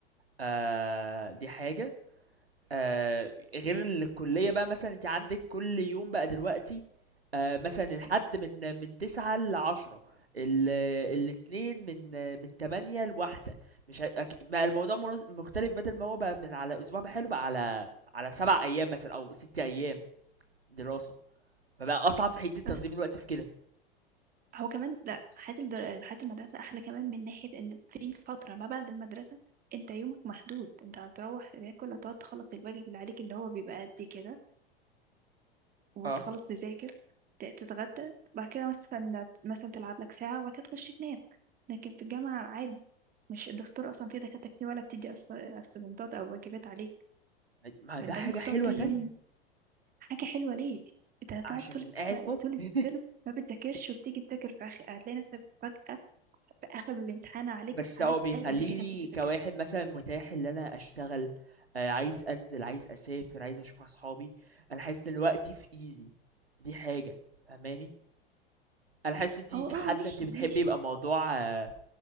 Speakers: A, on the right; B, on the right.
A: آه دي حاجة آه غير الكلية بقى مثلا انت عندك كل يوم بقى دلوقتي آه مثلا الحد من من تسعة لعشرة ال- الاتنين من من تمانية لواحدة مش ه- أك- بقى الموضوع منظ- مختلف بدل ما هو بقى من على اسبوع بحاله بقى على على سبع ايام مثلا او ست ايام دراسة فبقى اصعب في حتة تنظيم
B: بس
A: الوقت في كده
B: هو كمان لا حياة الدر... حياة المدرسة أحلى كمان من ناحية إن في فترة ما بعد المدرسة أنت يومك محدود أنت هتروح تاكل هتقعد تخلص الواجب اللي عليك اللي هو بيبقى قد كده وتخلص
A: اه
B: تذاكر ت- تتغدى بعد كده مثلا مثلا تلعب لك ساعة وبعد كده تخش تنام لكن في الجامعة عادي مش الدكتور أصلا في دكاترة كتير ولا بتدي أس- أسايمنتات أو واجبات عليك
A: ما
B: فأنت
A: ده حاجة
B: ممكن
A: حلوة
B: تقعد طول
A: تانية
B: يوم حاجة حلوة ليه؟ انت هتقعد
A: عشان
B: طول الس-
A: قاعد فاضي
B: طول الترم
A: <laughs>
B: ما بتذاكرش وبتيجي تذاكر في آخر هتلاقي نفسك فجأة في آخر الامتحان عليك
A: بس
B: حاجات
A: هو بيخلّي
B: قد كده
A: لي
B: كنت تذاكرها
A: كواحد مثلًا متاح اللي أنا أشتغل، آآ عايز أنزل، عايز أسافر، عايز أشوف أصحابي، أنا حاسس إن وقتي في إيدي، دي حاجة، فاهماني؟ أنا حاسس أنتِ
B: هو
A: كحد
B: اه ماشي
A: أنتِ بتحبي
B: ماشي
A: يبقى الموضوع آه،